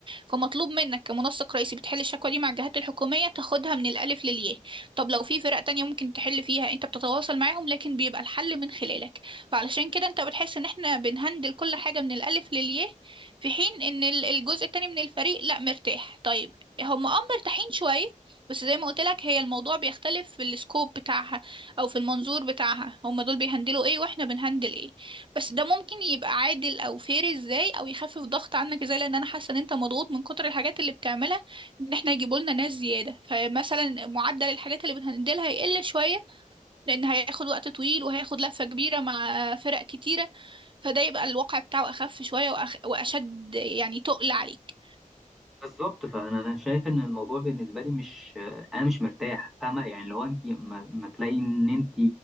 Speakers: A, on the right; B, in the centre.
A: فمطلوب منك كمنسق رئيسي بتحل الشكوى دي مع الجهات الحكومية تاخدها من الألف للياء طب لو في فرق تانية ممكن تحل فيها انت بتتواصل معاهم لكن بيبقى الحل من خلالك فعلشان كده انت بتحس ان احنا بنهندل كل حاجة من الألف للياء في حين ان ال- الجزء التاني من الفريق لا مرتاح طيب هم اه مرتاحين شوية بس زي ما قلت لك هي الموضوع بيختلف في السكوب بتاعها او في المنظور بتاعها هم دول بيهندلوا ايه واحنا بنهندل ايه بس ده ممكن يبقى عادل او فير ازاي او يخفف ضغط عنك ازاي لان انا حاسه ان انت مضغوط من كتر الحاجات اللي بتعملها ان احنا يجيبوا لنا ناس زياده فمثلا معدل الحاجات اللي بنهندلها هيقل شويه لان هياخد وقت طويل وهياخد لفه كبيره مع فرق كتيره فده يبقى الواقع بتاعه اخف شويه وأخ... واشد يعني تقل عليك
B: بالظبط فانا انا شايف ان الموضوع بالنسبه لي مش انا مش مرتاح فاهمه يعني لو انت ما, ما تلاقي ان انت